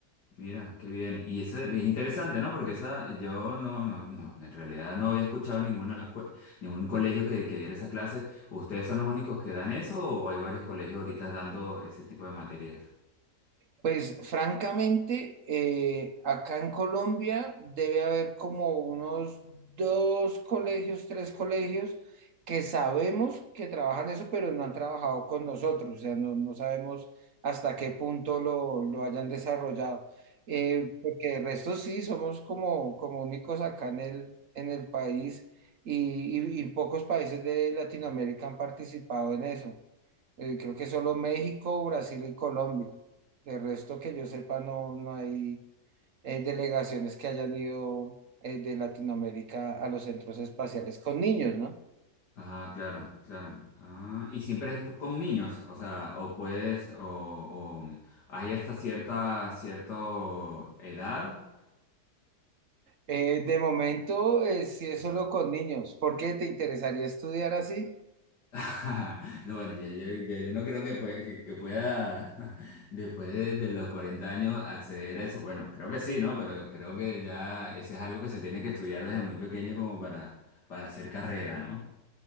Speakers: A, on the left; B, on the right.
A: Mira, qué bien. Y eso es interesante, ¿no? Porque esa, yo no, no, no, en realidad no había escuchado ninguna, escue- ningún colegio que, que diera esas clases. ¿Ustedes son los únicos que dan eso o hay varios colegios ahorita dando ese tipo de materias?
B: Pues francamente, eh, acá en Colombia debe haber como unos dos colegios, tres colegios que sabemos que trabajan eso, pero no han trabajado con nosotros, o sea, no, no sabemos hasta qué punto lo, lo hayan desarrollado. Eh, porque el resto sí, somos como, como únicos acá en el, en el país y, y y pocos países de Latinoamérica han participado en eso. Eh, creo que solo México, Brasil y Colombia. De resto que yo sepa, no, no hay eh, delegaciones que hayan ido eh, de Latinoamérica a los centros espaciales con niños, ¿no?
A: Ah, claro, claro. Ah, y siempre es pu- con niños, o sea, o puedes, o, o hay hasta cierta, cierto edad.
B: Eh, de momento, eh, sí es solo con niños. ¿Por qué te interesaría estudiar así?
A: <laughs> No, bueno, ya- ya- ya- yo, no creo que, pue- que- que pueda, <laughs> después de, de los 40 años, acceder a eso. Bueno, creo que sí, ¿no? Pero creo que ya ese es algo que se tiene que estudiar desde muy pequeño como para, para hacer carrera, ¿no?